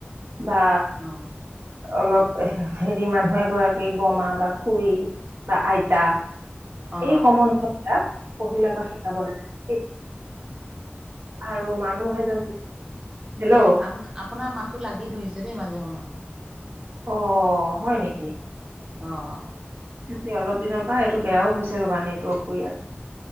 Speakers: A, on the right; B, on the right.
A: বা
B: অঁ'
A: অলপ হেৰি মানুহ এগৰাকীক বমা বা খুৰী বা আইতা।
B: অ
A: এই সম্বন্ধবিলাক পহিলাৰ পৰা শিকাব লাগে। এই আৰু মানুহ এজন হেল্লো'
B: আপ আপোনাৰ মাতো লাগি ধৰিছে দেই মাজে সময়ত।
A: অ হয় নেকি।
B: অঁ'
A: এতিয়া অলপ দিনৰ পৰা এইটো বেয়াও হৈছে ৰবা নেটৱৰ্কটো ইয়াত।